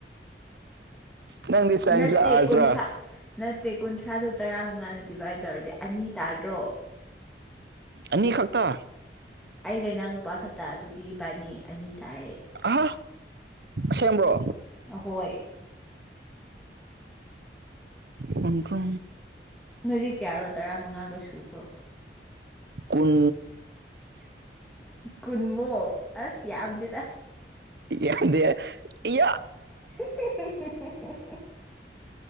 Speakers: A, on the right; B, in the centre.
A: ꯅꯪꯗꯤ ꯁꯥꯏꯟꯁꯂ
B: ꯅꯠꯇꯦ
A: ꯑꯔꯁꯂ
B: ꯀꯨꯟꯊ꯭ꯔꯥ ꯅꯠꯇꯦ ꯀꯨꯟꯊ꯭ꯔꯥꯗꯣ ꯇꯔꯥꯃꯨꯉꯥꯟꯅ ꯗꯤꯚꯥꯏꯠ ꯇꯧꯔꯗꯤ ꯑꯅꯤ ꯇꯥꯗ꯭ꯔꯣ
A: ꯑꯅꯤ ꯈꯛꯇ
B: ꯑꯩꯒ ꯏꯅꯥꯎ ꯅꯨꯄꯥ ꯈꯛꯇ ꯑꯗꯨꯗꯤ ꯕꯥꯅꯤ ꯑꯅꯤ ꯇꯥꯔꯦ
A: ꯑꯍ ꯁꯦꯝꯕ꯭ꯔꯣ
B: ꯑꯍꯣꯏ
A: ꯀꯟꯇ꯭ꯔꯣ
B: ꯅꯣꯏꯗꯤ ꯀꯌꯥꯔꯣ ꯇꯔꯥꯃꯉꯥꯒ ꯁꯨꯕ꯭ꯔꯣ
A: ꯀꯨꯟ
B: ꯀꯨꯟꯃꯣꯛ ꯑꯁ ꯌꯥꯝꯗꯦꯗ
A: ꯌꯥꯗꯦ ꯏ
B: ꯍꯨ ꯍꯨ ꯍꯨ